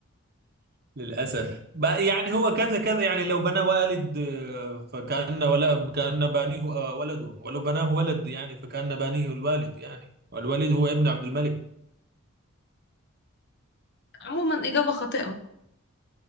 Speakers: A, on the right (about 45°); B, on the left (about 50°).
A: للأسف بقى يعني هو كذا كذا يعني لو بنى والد آه، فكأن ولا كأن بانيه آه، ولده ولو بناه ولد يعني فكأن بانيه الوالد يعني والوليد هو ابن عبد الملك
B: عموما إجابة خاطئة